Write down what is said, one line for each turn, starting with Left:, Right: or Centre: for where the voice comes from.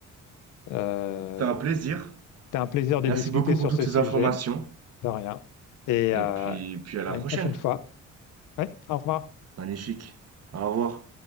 Left: euh,
Right: C'était un plaisir.
Left: c'était un plaisir de
Right: Merci
Left: discuter
Right: beaucoup
Left: sur
Right: pour toutes
Left: ce
Right: ces
Left: sujet.
Right: informations.
Left: De rien. Et
Right: Et
Left: euh,
Right: puis, puis à la
Left: à
Right: prochaine.
Left: une prochaine fois. Ouais, au revoir.
Right: Magnifique. Au revoir.